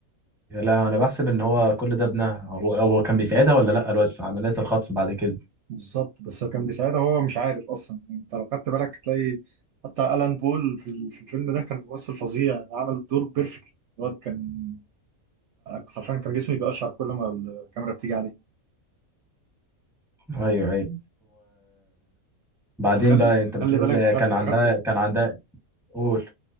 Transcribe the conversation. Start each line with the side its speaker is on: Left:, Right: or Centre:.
Centre: يا لا انا بحسب ان هو كل ده ابنها هو هو كان بيساعدها ولا لا الواد في عمليات الخطف بعد كده
Right: بالظبط بس هو كان بيساعدها هو مش عارف أصلا أنت لو خدت بالك هتلاقي حتى ألان بول في ال- في الفيلم ده كان ممثل فظيع عمل الدور بيرفكت الواد كان حرفيا كان جسمي بيقشعر كل ما الكاميرا بتيجي عليه
Centre: ايوه ايوه
Right: بس
Centre: وبعدين
Right: خلي
Centre: بقى انت بتقول
Right: خلي بالك مش
Centre: كان
Right: عارف انت
Centre: عندها
Right: خدت
Centre: كان عندها قول